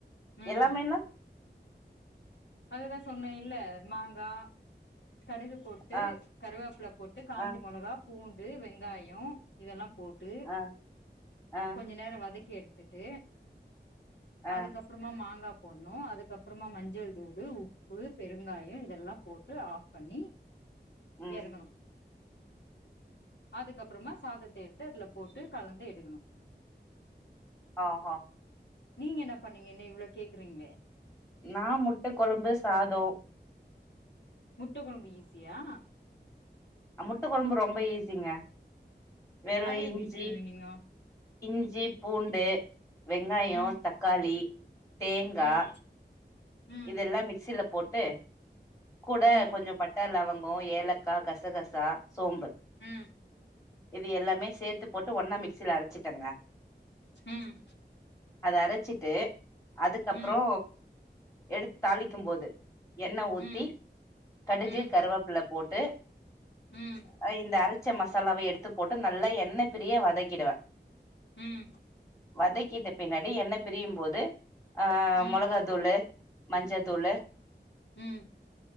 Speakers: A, on the left; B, on the left.
A: ம்
B: எல்லாமேனா
A: அதுதா சொன்னே இல்ல மாங்கா கடுகு போட்டு
B: ஆ
A: கருவேப்ல போட்டு காஞ்ச
B: ஆ
A: மொளகா பூண்டு வெங்காயோ இதெல்லா போட்டு
B: ஆ ஆ
A: கொஞ்சோ நேரோ வதக்கி எடு த்துட்டு
B: ஆ
A: அதுக்கப்றமா மாங்கா போட்ணு அதுக்கப்றமா மஞ்சள் தூளு உப்பு பெருங்காயோ இதெல்லா போட்டு ஆப் பண்ணி
B: ம்
A: ஏற்க்கணு அதுக்கப்பறமா சாதத்த எடுத்து அதுல போட்டு கலந்து எடுக்குணு
B: ஆஹா
A: நீங்க என்ன பண்ணீங்க என்ன இவ்ளோ கேக்குறீங்ளே
B: நான் முட்ட கொழம்பு சாதோ
A: முட்ட கொழம்பு ஈஸியா
B: அ முட்ட கொழம்பு ரொம்ப ஈஸிங்க வெறு
A: அது எப்டி
B: இஞ்சி
A: செஞ்சீங்க நீங்கோ
B: இஞ்சி பூண்டு வெங்காயோ
A: ம்
B: தக்காளி தேங்கா
A: ம் ம்
B: இதெல்லா மிக்சில போட்டு கூட
A: ம்
B: கொஞ்சொ பட்ட லவங் கோ ஏலக்கா கசகசா சோம்பு
A: ம்
B: இது எல்லாமே சேத்து போட்டு ஒன்னா மிக்சில அரச்சிட்டங்க
A: ம்
B: அத அரச்சிட்டு அதுக்கப்றோ
A: ம்
B: எடுத் தாளிக்கும் போது எண்ண ஊத்தி
A: ம்
B: கடுகு
A: ம்
B: கருவப் பில்ல போட்டு
A: ம்
B: அ இந்த அரச்ச மசாலாவ எடுத்து போட்டு நல்லா என்னை பிரிய வதக்கிடுவே
A: ம் ம்
B: வதக்கிட்ட பின்னாடி எண்ண பிரியும்போது ஆஹ்
A: ம்
B: மொளகா தூளு மஞ்ச தூளு
A: ம்